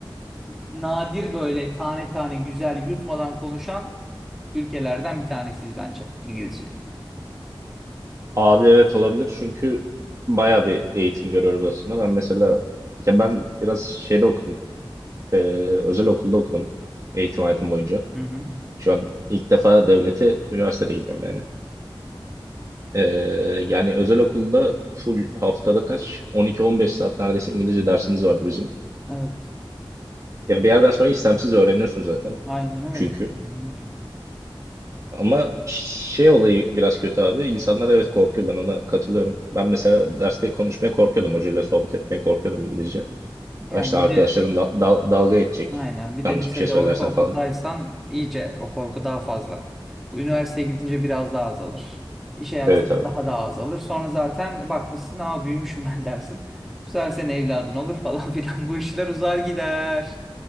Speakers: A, in the centre; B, on the right.
A: nadir böyle tane tane güzel yutmadan konuşan ülkelerden bir tanesiyiz bence İngilizceyi.
B: Abi evet olabilir çünkü bayağı bir eğitim görüyoruz aslında. Ben mesela ya ben biraz şeyde okudum. Ee, özel okulda okudum eğitim hayatım boyunca.
A: Hı hı.
B: Şu an ilk defa devlete üniversitede gidiyorum yani. Ee, yani özel okulda full haftada kaç? 12-15 saat neredeyse İngilizce dersimiz vardı bizim.
A: Evet.
B: Ya bir yerden sonra istemsiz öğreniyorsun zaten
A: Aynen öyle.
B: çünkü.
A: Aynen öyle.
B: Ama şey olayı biraz kötü abi. İnsanlar evet korkuyor ben ona katılıyorum. Ben mesela derste konuşmaya korkuyordum. Hocayla sohbet etmeye korkuyordum İngilizce.
A: Yani
B: Ya İşte
A: bir
B: arkadaşlarım
A: de
B: da- dal- dalga edecek.
A: aynen bir
B: Yanlış
A: de lisede
B: bir şey söylersen
A: ortaokuldaysan
B: falan.
A: iyice o korku daha fazla. Bu üniversiteye gidince biraz daha azalır. İş hayatında
B: Evet abi.
A: daha da azalır. Sonra zaten bakmışsın aa büyümüşüm ben <laughs> dersin. Bu sefer senin evladın olur falan <laughs> filan. Bu işler uzar gider.